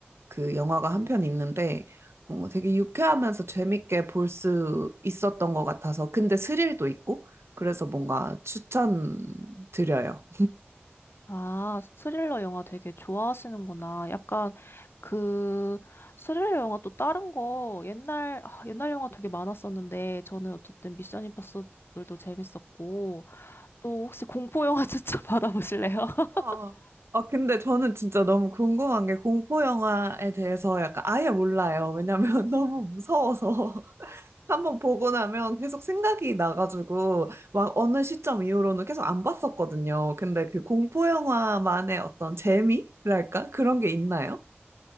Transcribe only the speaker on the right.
그 영화가 한 편 있는데 뭔가 되게 유쾌하면서 재밌게 볼 수 있었던 것 같아서 근데 스릴도 있고 그래서 뭔가 추천드려요.
와. 아, 근데 저는 진짜 너무 궁금한 게 공포 영화에 대해서 약간 아예 몰라요. 왜냐면 <laughs> 너무 무서워서 <laughs> 한번 보고 나면 계속 생각이 나가지고 막 어느 시점 이후로는 계속 안 봤었거든요. 근데 그 공포 영화만의 어떤 재미랄까? 그런 게 있나요?